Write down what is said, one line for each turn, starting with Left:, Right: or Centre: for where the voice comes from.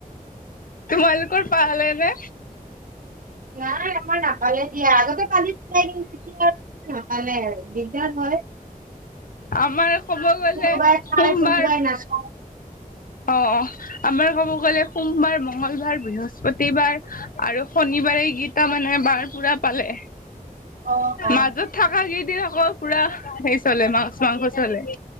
Left: তোমালোকৰ পালে নে।
Right: নাই আমাৰ মই নাপালে দিয়ে আগতে কালি চাই কিয়া আৰু। <unintelligible> হেকালে দিগদাৰ হয়।
Left: আমাৰ ক'ব গ'লে
Right: কোনোবাই
Left: সোমবাৰ
Right: খাই কোনোবাই নাখায়
Left: অ', অ'। আমাৰ ক'ব গ'লে সোমবাৰ মংগলবাৰ বৃহস্পতিবাৰ আৰু শনিবাৰে গীত তামানে বাৰ পুৰা পালে।
Right: <inaudible> অ
Left: মাজত থকা কেইদিন আকৌ পুৰা সেই চলে মাছ মাংস চলে।